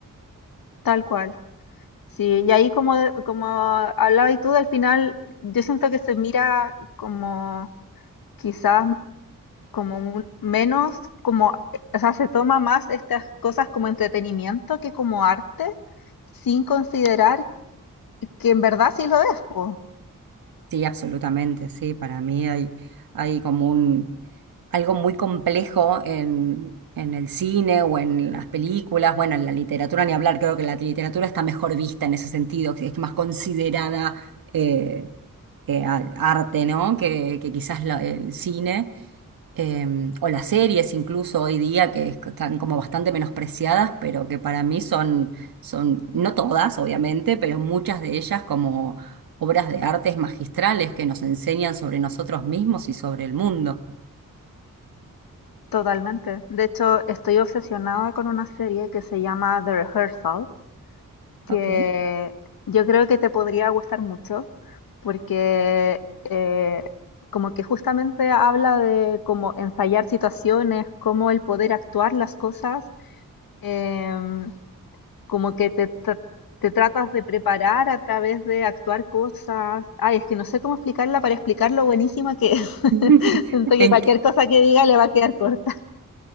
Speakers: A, on the left; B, on the right.
A: tal cual. Sí, y ahí como, como hablabas tú, al final yo siento que se mira como quizás como un- menos, como, o sea, se toma más estas cosas como entretenimiento que como arte, sin considerar que en verdad sí lo es, po,
B: Sí, absolutamente, sí. Para mí hay, hay como un, algo muy complejo en, en el cine o en las películas, bueno, en la literatura ni hablar, creo que la literatura está mejor vista en ese sentido, que es más considerada eh, eh, a- arte, ¿no? Que, que quizás la- el cine eh, o las series incluso hoy día que es- están como bastante menospreciadas, pero que para mí son, son, no todas obviamente, pero muchas de ellas como obras de artes magistrales que nos enseñan sobre nosotros mismos y sobre el mundo.
A: totalmente. De hecho, estoy obsesionada con una serie que se llama The Rehearsal, que
B: Ok.
A: yo creo que te podría gustar mucho porque eh, como que justamente habla de cómo ensayar situaciones, cómo el poder actuar las cosas, em, como que te, tra- te tratas de preparar a través de actuar cosas. Ay, es que no sé cómo explicarla para explicar lo buenísima que es. <laughs>
B: <laughs>
A: Siento que
B: ¿En
A: cualquier
B: qué?
A: cosa que diga le va a quedar corta.